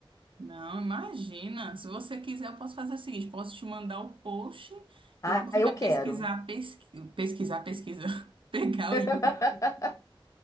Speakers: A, on the right; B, on the left.
A: Não, imagina. Se você quiser, eu posso fazer o seguinte: posso te mandar o post
B: Ah,
A: e eu posso
B: eu
A: até
B: quero.
A: pesquisar, pesqui... pesquisar, pesquisar, <laughs> pegar
B: <laughs>
A: o link.